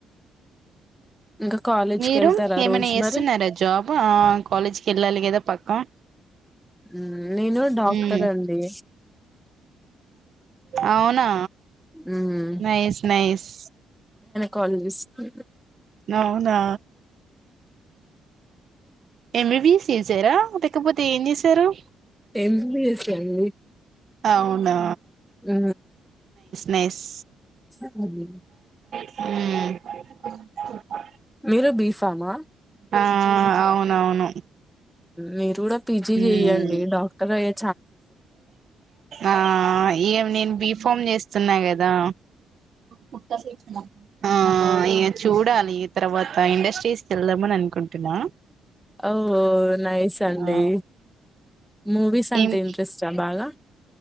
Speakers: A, in the centre; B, on the right.
A: ఇంకా కాలేజ్కి
B: మీరు
A: వెళ్తారా
B: ఏమైనా
A: రోజు
B: చేస్తున్నారా
A: మరి
B: జాబ్, ఆ కాలేజ్కి ఎళ్ళాలి కదా పక్క
A: మ్మ్ నేను డాక్టర్
B: మ్మ్
A: అండి
B: అవునా,
A: మ్మ్
B: నైస్ నైస్
A: కాలజస్ కి
B: అవునా ఎం బి బి స్ చేసారా లేకపోతే ఎం జెసర్ తరు
A: ఎంబిఎస్ అండి
B: అవునా
A: అ
B: నెస్
A: <unintelligible>
B: అ
A: మీరు బీఫమా
B: ఆ అవునవును
A: మీరు చూ పీజీ
B: మ్మ్
A: చెయ్యడి డాక్టర్గా అ
B: ఆ ఏమి నేను బిఫామ్ చేస్త చిన్నగదా కుత్త స ఆ ఇ చూడాలి తర్వాత ఇండస్ట్రీస్కి వెళ్దామని అనుకుంటున్నా
A: ఓ నైస్ అండి
B: ఆ
A: మూవీస్ అంటే
B: ఏం
A: ఇంట్రెస్టా బాగా